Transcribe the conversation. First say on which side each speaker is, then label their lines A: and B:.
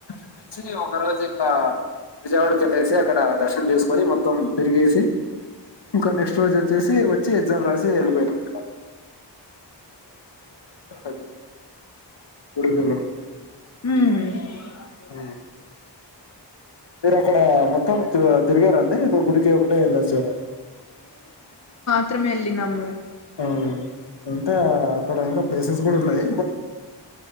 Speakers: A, on the left; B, on the left.
A: కలిసి ఒక రోజు ఇంకా విజయవాడ కెళ్ళేసి అక్కడ దర్శనం చేసుకొని మొత్తం తిరిగేసి ఇంకా నెక్స్ట్ రోజో చేసి వచ్చి గ్సాం రాసి వెళ్ళిపోయినాం ఇంక అది గుడికి వెళ్ళడం
B: హ్మ్ ఉ
A: ఆ. మీరు అక్కడ మొత్తం తిరిగారండి. గుడికి ఒకటే వెళ్ళొచ్చారా
B: మేము వెళ్ళినాం
A: ఆహా ఎంత అక్కడ ఇంకా ప్లేసెస్ కూడా ఉన్నాయ్